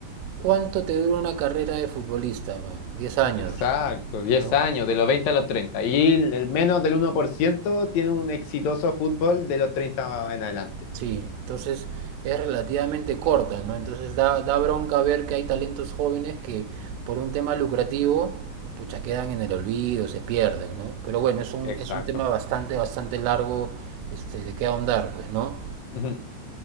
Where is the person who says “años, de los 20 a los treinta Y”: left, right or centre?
Left